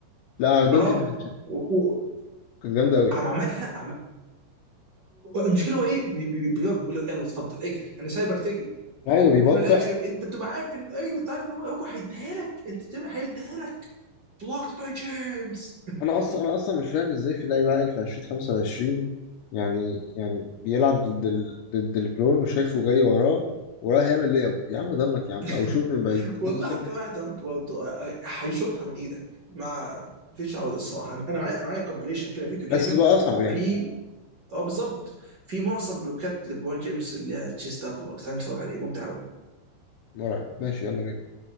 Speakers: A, on the left; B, on the right.
A: لا على دونتي
B: اه
A: ديفينشن
B: و- و-
A: كانت جامده قوي
B: عم عملها عم... المشكله هو ايه بي- بي- بيقعد يقول له يلا اتفضل اجري انا سايبك تجري
A: ايوه بيبطأ
B: وفي الاخر انت بتبقى عارف ان ايوه انت عارف ان هو هو هيديها لك انت بتبقى هيديها لك بلوكت باي جيمس
A: انا اصلا انا اصلا مش فاهم ازاي في لعيب عاقل في 2025 يعني يعني بيلعب ضد ال... ضد البرون وشايفه جاي وراه وراح يعمل ليب يا عم ضنك يا عم
B: <laughs>
A: او شوت من بعيد انت
B: والله
A: متخلف
B: حتى واحد انت برضه آه، آه، هيشوطها من ايدك ما فيش عوده الصراحه انا أنا معايا انا معايا كومبليشن كده فيديو جامد
A: بس تبقى اصعب يعني
B: في اه بالظبط في معظم بلوكات لبرون جيمس اللي هي تشيست داون بلوكس هنتفرج عليه ممتع قوي
A: مرعب ماشي يلا بينا